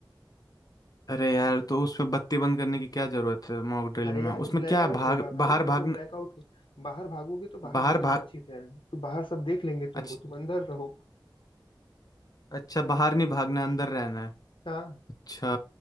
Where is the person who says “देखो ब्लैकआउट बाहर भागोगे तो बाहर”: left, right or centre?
Left